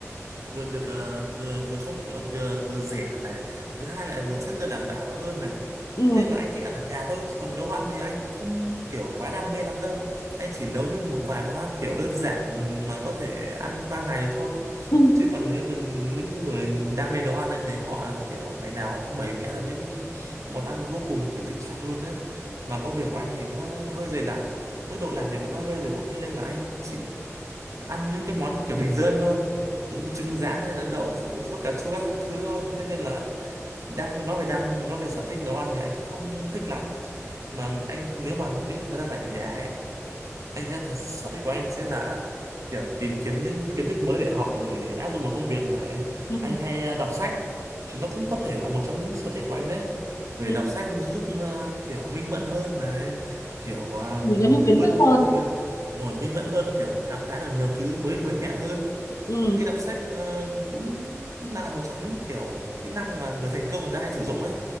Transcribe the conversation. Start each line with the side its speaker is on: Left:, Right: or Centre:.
Right: vừa được ờ, vừa vừa không vừa vừa rẻ này thứ hai lại vừa chất lượng đảm bảo hơn này
Left: Ừ.
Right: thế nên là anh thích ăn ở nhà thôi Chứ còn nấu ăn thì anh không kiểu quá đam mê lắm đâu anh chỉ nấu như một vài món ăn kiểu đơn giản mà có thể ăn qua ngày được thôi
Left: Ừ.
Right: chứ còn nếu mà những người đam mê nấu ăn anh thấy họ kiểu ngày nào họ cũng bày vẽ ra những món ăn vô cùng kiểu thịnh soạn luôn đấy mà công việc của anh thì nó hơi dày đặc mức độ làm việc của nó hơi dày đặc thế nên là anh chỉ ăn những cái món kiểu bình dân thôi những trứng rán hay là đậu phụ sốt cà chua các thứ thôi thế nên là đam nói về đam nói về sở thích nấu ăn thì anh cũng không thích lắm mà anh nếu mà những thời gian rảnh ở nhà ấy anh sẽ thật sở thích của anh sẽ là kiểu tìm kiếm những kiến thức mới để học để áp dụng vào công việc này.
Left: ừ.
Right: Anh hay à, đọc sách. Nó cũng có thể là một trong những sở thích của anh đấy. Bởi
Left: ừ,
Right: đọc sách giúp à, kiểu minh mẫn hơn này, kiểu à,
Left: mình có nhiều kiến
Right: vươn
Left: thức hơn
Right: ngồi minh mẫn hơn, kiểu khám phá được nhiều thứ mới mới mẻ hơn.
Left: ừ.
Right: Anh thấy đọc sách à, cũng cũng là một trong những kiểu kỹ năng mà người thành công người ta hay sử dụng ấy.